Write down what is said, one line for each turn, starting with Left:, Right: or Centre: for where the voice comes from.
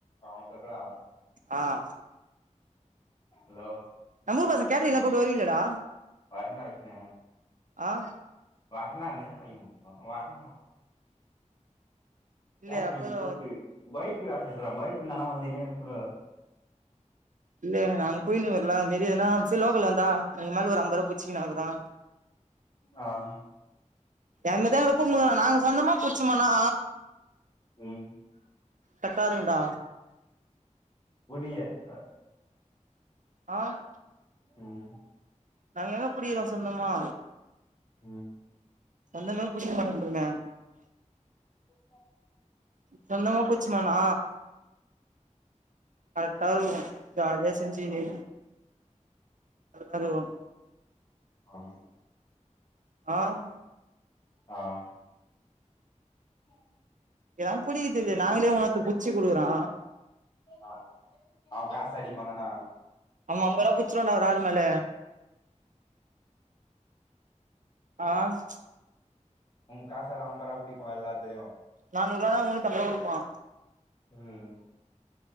Left: ஆஹ் கேக்கலா
Right: ஆஹ்
Left: ஹலோ
Right: ஊர் பசங் கேட்ரீங்கலா கூப்டா வரீவீங்லடா
Left: வரண்டா விஷ்ணு
Right: ஆஹ்
Left: <unintelligible>
Right: இல்லையே
Left: கேட்ரிங்
Right: அப்பறோ
Left: கூப்டு பைக்கு ல்ரா பைக் நானா வந்து என்னய எலுப்ர
Right: இல்ல நாங்க போயின்னு வர்லோ அது மாரி ஏதனா ச லோக்கல வந்த எங்க மேல ஒரு அம்ப ரூபா பிச்சுக்கு னாதா
Left: ஆஹ்
Right: எங்கதா இருக்குங்ளா நாங்க சொந்தமா புச்சோம்ண்ணா
Left: உம்
Right: கட்டாருக்குடா
Left: உடிய அ
Right: ஆஹ்
Left: உம்
Right: நாங்க தா புடிக்றோ சொந்தமா
Left: ஹு ம்
Right: சந்தமவே புடிக்க மாட்டேன்றன
Left: <unintelligible>
Right: சொந்தமா புச்சுமானா கர்டாருக்கு ஜாலியா செஞ்சுனு அதுவு
Left: ஆஹ்
Right: ஆஹ்
Left: ஆஹ் என்ன
Right: எதா புரிய்துஞ்சர்லா நாங்களே உனத்த புச்சி குடுக்குறோ
Left: ஆ அவன் காசு அடிப்பாந்தான
Right: அமா ஐம்பரூபா புச்சுருவாண்டா ஒரு ஆளு மேல ஆஹ்
Left: உ காசல்லா அம்பரா புடிப்பா எல்லாத்துலயு
Right: நானூறுவானா முன்னுத்தம்பருவா குடுப்போ
Left: ம்